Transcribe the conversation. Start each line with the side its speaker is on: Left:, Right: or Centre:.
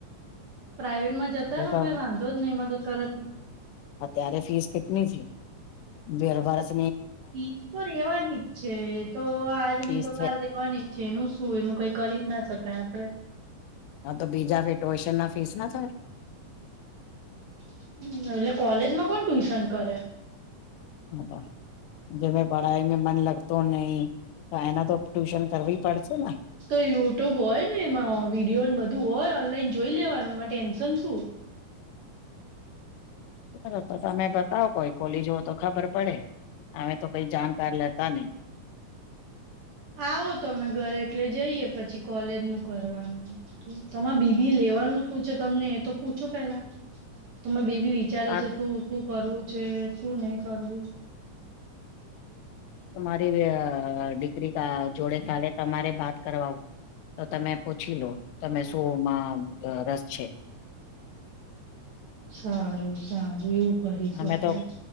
Right: પ્રાાઈવેટમાં જતા
Left: જો
Right: રહો,
Left: તો
Right: કઈ વાંધો જ નહી મદદ કરે
Left: ત્યારે ફીસ કેટની છે? <inaudible> વેર વાળેસ?
Right: ફીસ તો રેવાની, ઠીક છે. તો આજ
Left: ફીસ
Right: ની તો
Left: છે
Right: કાલ રેવાની જેનું શું? એનું કંઈ કરી જ ના શકાય આપડે.
Left: હા! તો બીજા ભી ટુશન ના ફીસ ના થાય?
Right: <inaudible> હ એટલે કોલેજ માં કોણ ટ્યુશન કરે.?
Left: <inaudible> જે મે પઢાઈ મે મન લગતો નહી, તો એના તો ટ્યુશન કરવી પડશે ને
Right: તો યુટ્યુબ હોય ને, એમાં વિડીયોને બધું હોય, ઓનલાઈન જોઈ લેવાનું એમાં ટેન્શન શું?
Left: ચલો તો, તમે બતાવો કોઈ કોલીજવ તો ખબર પડે, અમે તો કંઈ જાણકાર લેતા નહી
Right: આવો તમે ઘરે એટલે જઈએ. પછી કોલેજ નું કરવાનું તમારે બીબી લેવાનું શું છે તમને એ તો પૂછો પેલા? તમાર બેબી વિચારે
Left: આ
Right: છે શું શું કરું? જે શું નહી કરવું.
Left: તમારી અઅ દીકરી જોડે કાલે તમારે બાત કરવાઉ તો તમે પૂછી લો તમે શું માં રસ છે?
Right: સારું! સારું એવું કરીશું
Left: હમે
Right: આપડે
Left: તો